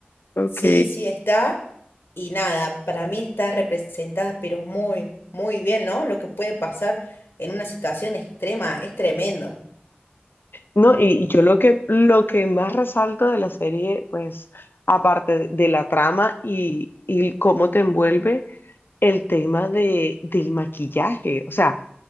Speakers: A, on the left; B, on the left.
A: Ok.
B: Sí, sí está. Y nada, para mí está representada, pero muy, muy bien, ¿no? Lo que puede pasar en una situación extrema es tremendo.
A: No, y y yo lo que, lo que más resalto de la serie, pues, aparte de de la trama y, y cómo te envuelve, el tema de, del maquillaje, o sea,